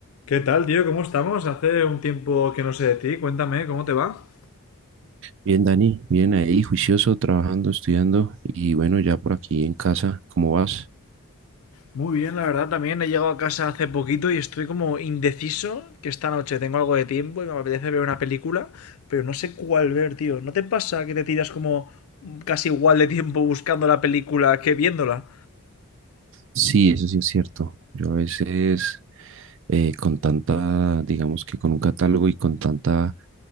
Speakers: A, on the left; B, on the right.
A: ¿Qué tal, tío? ¿Cómo estamos? Hace un tiempo que no sé de ti. Cuéntame, ¿cómo te va?
B: Bien, Dani, bien ahí, juicioso, trabajando, estudiando y bueno, ya por aquí en casa, ¿cómo vas?
A: Muy bien, la verdad, también he llegado a casa hace poquito y estoy como indeciso que esta noche tengo algo de tiempo y me apetece ver una película, pero no sé cuál ver, tío. ¿No te pasa que te tiras como casi igual de tiempo buscando la película que viéndola?
B: Sí, eso sí es cierto. Yo a veces eh, con tanta, digamos que con un catálogo y con tanta